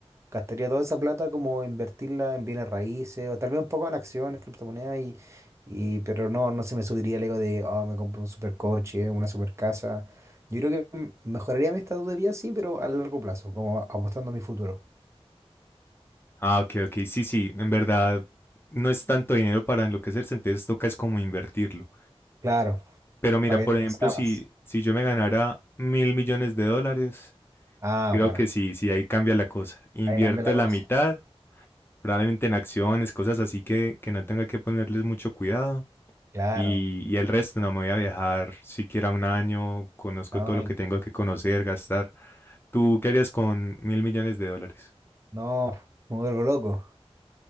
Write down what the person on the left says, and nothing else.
Ah, ok, ok. Sí, sí, en verdad no es tanto dinero para enloquecerse, entonces toca es como invertirlo.
Pero mira,
por
ejemplo,
si,
si yo me ganara mil millones de dólares,
creo
que sí, sí, ahí cambia la cosa. Invierto
la mitad, probablemente en acciones, cosas así que, que no tenga que ponerles mucho cuidado.
Y, y el resto no me voy a viajar siquiera un año, conozco
todo lo
que tengo que conocer, gastar. ¿Tú qué harías con mil millones de dólares?